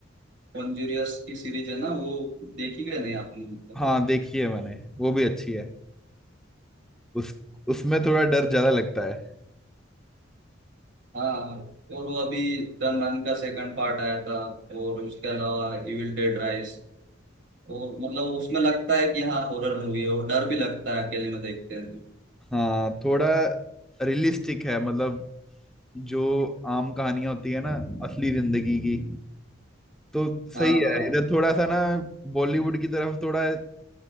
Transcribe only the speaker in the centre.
हाँ देखी है मैंने वो भी अच्छी है उस उसमें थोड़ा डर ज्यादा लगता है
हाँ थोड़ा रियलिस्टिक है मतलब जो आम कहानियां होती है ना असली जिंदगी की तो सही
है इधर थोड़ा सा ना बॉलीवुड की तरफ थोड़ा